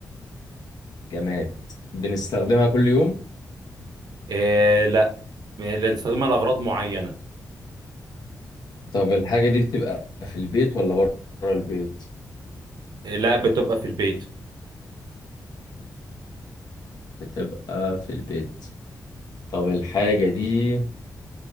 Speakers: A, on the left; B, on the right.
A: جماد بنستخدمها كل يوم
B: إيه لا لا نستخدمها لأغراض معينة
A: طب الحاجه دي بتبقى في البيت ولا بره البيت
B: إيه لا بتبقى في البيت
A: بتبقى في البيت طب الحاجه دي